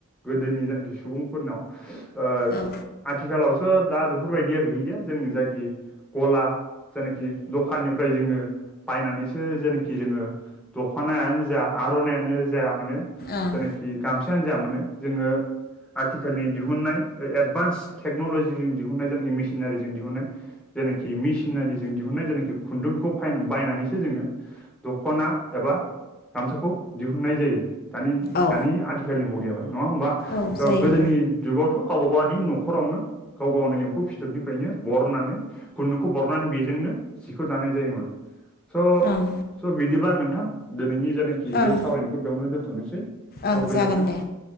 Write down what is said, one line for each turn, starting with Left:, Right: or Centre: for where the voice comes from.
Centre: गोदोनि जायनाखि सुबुंफोरनाव ओ
Left: औ
Centre: आथिखालावसो दा बेफोरबायदिया गैलिया जों जाखि गला जेनाखि दखाननिफ्राय जोङो बायनानैसो जेनाखि जोङो। दखनायानो जा आर'नायानो जाया मानो
Left: ओं
Centre: जायनाखि गामसायानो जा मानो जोङो आथिखालनि दिहुननाय एडभान्स टेक्न'लजिजों दिहुननाय जायखि मेसिनारिजों दिहुननाय। जेनाखि मेसिनारिजों दिहुननाय जेनाखि खुन्दुंखौ फाय बायनानैसो जोङो दखना एबा गामसाखौ दिहुनन्नाय जायो दानि-दानि
Left: औ
Centre: आथिखालनि मुगायावहाय नङा होमबा।
Left: औ
Centre: थ'
Left: जायो
Centre: गोदोनि जुगावथ' गावबा गावनि न'खरावनो। गाव गावनो एम्फौ फिथोबनिफ्रायनो बरननानै खुन्दुंखौ बरनानै बेजोंनो सिखौ दानाय जायोमोन स-स
Left: ओं
Centre: बिदिबा नोंथां दिनैनि जायनाखि बे
Left: ओं
Centre: सावरायनायखौ बेयावनो दोनथ'नोसै थ
Left: ओं
Centre: गोजोनथों
Left: जागोन दे